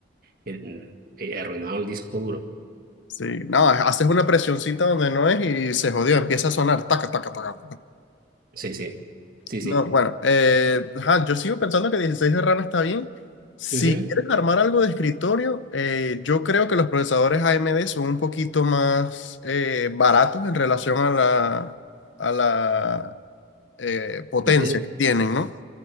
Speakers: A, on the right; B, on the left.
A: eh, he arruinado el disco duro.
B: Sí, no, haces una presioncita donde no es y se jodió, empieza a sonar, taca, taca, taca.
A: Sí, sí, sí,
B: No,
A: sí.
B: bueno, eh, ajá, yo sigo pensando que 16 de RAM está bien. Si
A: Ujú.
B: quieres armar algo de escritorio, eh, yo creo que los procesadores AMD son un poquito más eh, baratos en relación a la, a la eh, potencia
A: Intel,
B: que tienen, ¿no?